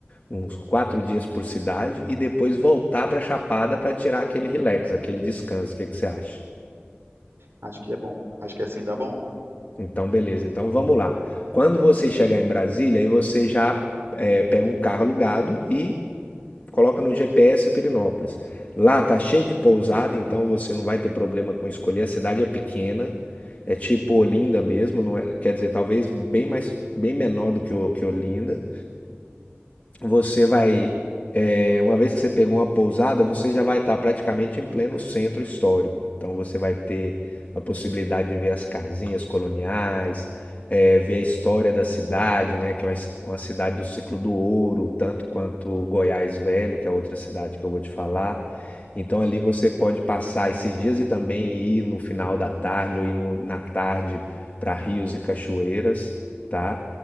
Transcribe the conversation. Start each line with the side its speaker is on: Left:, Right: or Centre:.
Left: uns quatro dias por cidade e depois voltar para Chapada para tirar aquele relax, aquele descanso. O que que você acha?
Right: Acho que é bom, acho que assim dá bom.
Left: Então, beleza. Então, vamos lá. Quando você chegar em Brasília, aí você já eh, pega um carro alugado e coloca no GPS Pirinópolis. Lá tá cheio de pousada, então você não vai ter problema com escolher. A cidade é pequena, é tipo Olinda mesmo, não é- quer dizer, talvez bem mais, bem menor do que, o- que Olinda. Você vai, é, uma vez que você pegou uma pousada, você já vai estar praticamente em pleno centro histórico. Então você vai ter a possibilidade de ver as casinhas coloniais, é, ver a história da cidade, né? Que é uma, his- uma cidade do ciclo do ouro, tanto quanto Goiás Velho, que é a outra cidade que eu vou te falar. Então ali você pode passar esses dias e também ir no final da tarde ou ir no- na tarde para rios e cachoeiras, tá?